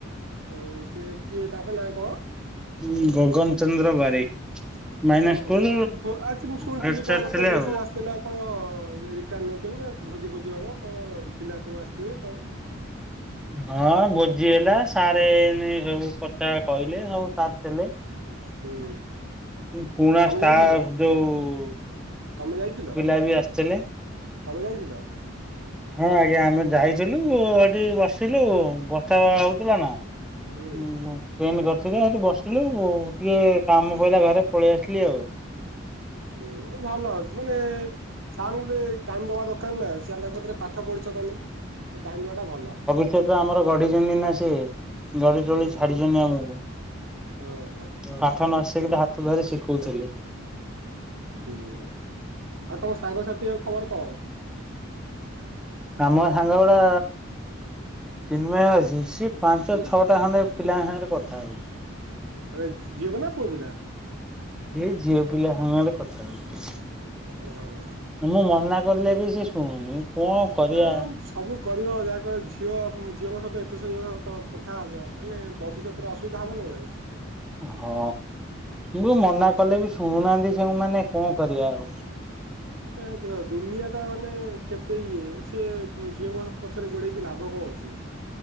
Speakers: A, on the right (about 75°); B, in the centre.
A: ଓହ ସେ କିଏ ତାଙ୍କ ନାଁ କଁ?
B: ଉଁ ଗଗନ ଚନ୍ଦ୍ର ବାରିକ। ମାଇନର
A: ଓହୋ
B: ସ୍କୁଲ
A: ସେ ଭୋ ଆଜି ମୁଁ ଶୁଣିଥିଲି
B: ହେଡ ସାର୍
A: କଁ ମତେ
B: ଥିଲେ
A: ମେସେଜ
B: ଆଉ।
A: ଆସିଥିଲା କଣ ଇଏ ରିଟାଡ୍ ନଉଚନ୍ତି ଭୋଜି ଫୋଜି ହବ କଁ ପିଲା ସବୁ ଆସିଥିବେ କଁ।
B: ହଁ ଭୋଜି ହେଲା ସାରେ ଏମୀ ସବୁ କଥା କହିଲେ ସବୁ ସାର୍ ଥିଲେ।
A: ହୁଁ
B: ଉ ପୁରୁଣା
A: ତମେ
B: ଷ୍ଟାଫ
A: ଯାଇଥିଲ
B: ଯୋଉ
A: ତମେ ଯାଇଥିଲ?
B: ଟାଇବି ଆସିଥିଲେ।
A: ତମେ ଯାଇଥିଲ?
B: ହଁ ଆଜ୍ଞା ଆମେ ଯାଇଥିଲୁ ମୁଁ ହେଟି ବଷ ଥିଲୁ ବଚା ହଉଥିଲା ନା ଉମ
A: ହୁଁ
B: ମୁଁ ଟେମ କରିଥଲା ହେଠି ବସିଲୁ ମୁ ଟିକେ କାମ ପହିଲା ଘରେ ପଳେଇ ଆସିଲି ଆଉ।
A: ହୁଁ ଭଲ ମାନେ ସାରଙ୍କୁ ଟିକେ ଟାଇମ ଦବା ଦକାର ନା ସିଆନ କତିରେ ପାଠ ପଢିଛ ତମେ ଟିକେ ଟାଇମ ଦବା ଟା ଭଲ।
B: ସେ ତ ଆମର ଗଢିଛନ୍ତି ନା ସେ ଗଢି
A: ହୁଁ
B: ତୋଳି ଛାଡିଚନ୍ତି ଆମକୁ।
A: ହଁ ହଁ।
B: ପାଠ ନ ଶିଖିଲେ ହାତ ଧରି ଶିଖଉଥିଲେ।
A: ହୁଁ ଆଉ ତମ ସାଙ୍ଗସାଥି ଆଉ ଖବର କଁ?
B: ଆମ ସାଙ୍ଗଉଡା ଚିନ୍ମୟ ଅଛି ସିଏ ପାଞ୍ଚ
A: ହୁଁ
B: ଛଅଟା ଖଣ୍ଡେ ପିଲାଙ୍କ ସାଙ୍ଗରେ କଥା ହଉ।
A: ମାନେ ଝିଅପିଲା ପୁଅ ପିଲା?
B: ଏଇ ଝିଅ ପିଲା ସାଙ୍ଗରେ କଥା ହଉ
A: ଓହ।
B: ମୁଁ ମନା କଲେବି ସେ ଶୁଣୁନି। କଣ କରିବା।
A: ଉଁ ସବୁ କରିବ ଯାହାକର ଝିଅ ଝିଅଙ୍କ ସହିତ ଏତେ ସ <unintelligible> କଥା ହବ ମାନେ ଭବିଷ୍ୟତରେ ଅସୁବିଧା ହବ ନା ନାଇଁ।
B: ହଁ ମୁ ମନା
A: ନାଇଁ
B: କଲେ ବି ଶୁଣୁନାହାନ୍ତି ସେମାନେ କଁ କରିବା ଆଉ?
A: ଏ ଦେଅ ଦୁନିଆ ଟା ମାନେ କେତେ ଇଏ ସିଏ ଝିଅଙ୍କ ପଛରେ ଗୋଡେଇକି ଲାଭ କଁ ଅଛି?